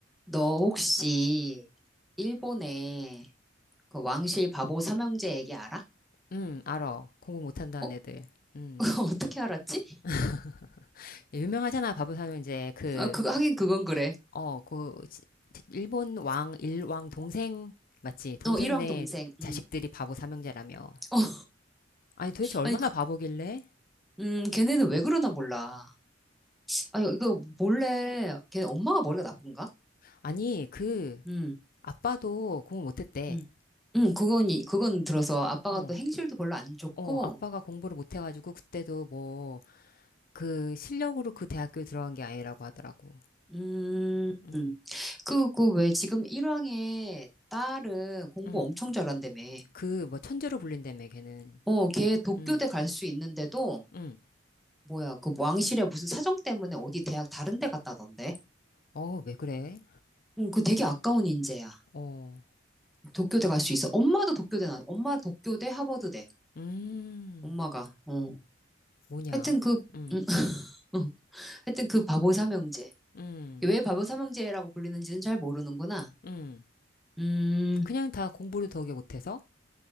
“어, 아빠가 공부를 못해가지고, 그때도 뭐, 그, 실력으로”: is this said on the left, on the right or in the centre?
Left